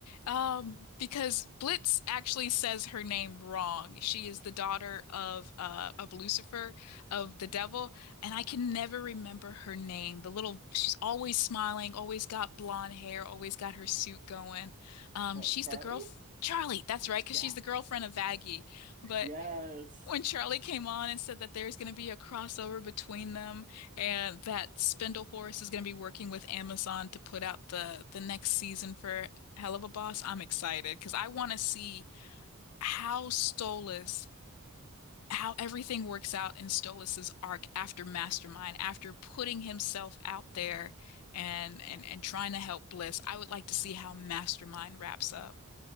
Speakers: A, on the left; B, on the right.
A: Um, because Blitz actually says her name wrong. She is the daughter of uh of Lucifer, of the devil, and I can never remember her name. The little, she's always smiling, always got blonde hair, always got her suit going. Um,
B: What,
A: she's
B: Charlie?
A: the girl. Charlie, that's right, because
B: Yeah.
A: she's the girlfriend of Aggie. But
B: Yes.
A: when Charlie came on and said that there's going to be a crossover between them and that Spindle Horse is going to be working with Amazon to put out the the next season for Hell of a Boss, I'm excited because I want to see how Stolas, how everything works out in Stolas's arc after Mastermind, after putting himself out there and and and trying to help Bliss. I would like to see how Mastermind wraps up.